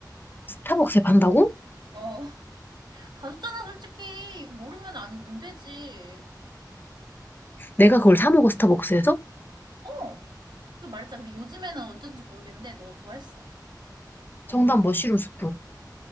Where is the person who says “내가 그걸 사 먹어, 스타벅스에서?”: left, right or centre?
Left